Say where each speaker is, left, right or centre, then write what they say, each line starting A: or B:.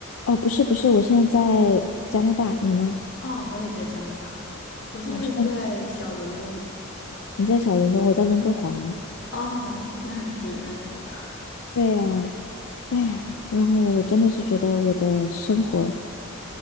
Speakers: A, on the left; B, on the left.
A: 哦，不是不是，我现在在加拿大，你呢？
B: 哦，我也在加拿大，我现在在小伦敦。
A: 哦，是吗？你在小伦敦，我在温哥华。
B: 哦，那还挺远的。
A: 对呀，哎呀，然后我真的是觉得我的生活。